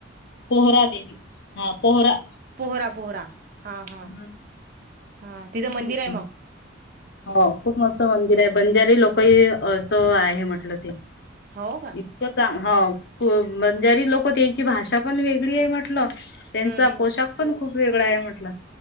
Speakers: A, on the left; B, on the right.
A: पोहरा देवी, हा पोहरा
B: पोहरा, पोहरा हा, हा,
A: गेली
B: हा, तिथं मंदिर
A: होती
B: आहे
A: मी.
B: मग.
A: हो खूप मस्त मंदिर आहे, बंजारी लोकही अस आहे म्हटलं ते.
B: हाव का?
A: ते च हाव, बंजारी लोकं त्याची भाषा पण वेगळी आहे म्हटलं. त्यांचा
B: हं, हं.
A: पोशाख पण खूप वेगळा आहे म्हटलं.